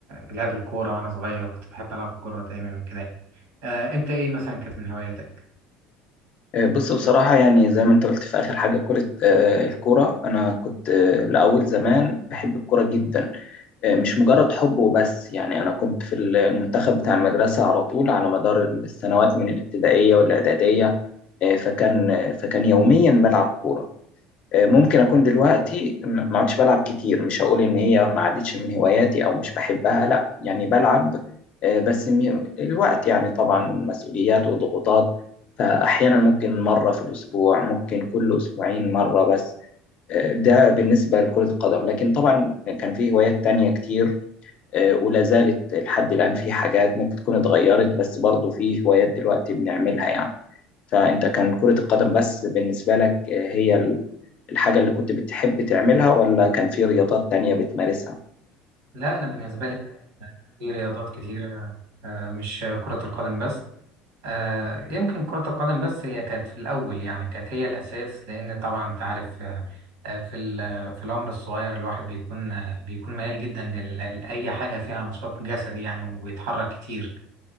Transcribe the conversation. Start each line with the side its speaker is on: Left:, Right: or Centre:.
Right: آه لعب الكورة وأنا صغير كنت بحب ألعب الكورة دايما وكده آه أنت إيه مثلا كانت من هواياتك؟
Left: آه، بص بصراحة يعني زي ما انت قلت في آخر حاجة كرة آه، الكرة أنا كنت آه، لأول زمان بحب الكرة جدا آه، مش مجرد حب وبس يعني أنا كنت في المنتخب بتاع المدرسة على طول على مدار السنوات من الابتدائية والإعدادية آه، فكان آه، فكان يوميا بلعب كورة آه، ممكن اكون دلوقتي م- ما عدتش بلعب كتير مش هقول ان هي ما عادتش من هواياتي او مش بحبها لا يعني بلعب آه، بس م- الوقت يعني طبعا مسؤوليات وضغوطات فاحيانا ممكن مره في الاسبوع ممكن كل اسبوعين مره بس آه، ده بالنسبه لكرة القدم لكن طبعا كان في هوايات تانية كتير آه، ولا زالت لحد الان في حاجات ممكن تكون اتغيرت بس برضو في هوايات دلوقتي بنعملها يعني فأنت كان كرة القدم بس بالنسبة لك هي ال- الحاجة اللي كنت بتحب تعملها ولا كان في رياضات تانية بتمارسها؟
Right: لا أنا بالنسبة لي في رياضات كتيرة آه مش كرة القدم بس آه يمكن كرة القدم بس هي كانت في الأول يعني كانت هي الأساس لأن طبعا أنت عارف آه، آه، في ال- في العمر الصغير الواحد بيكون آه، بيكون ميال جدا لل- لأي حاجة فيها نشاط جسدي يعني وبيتحرك كتير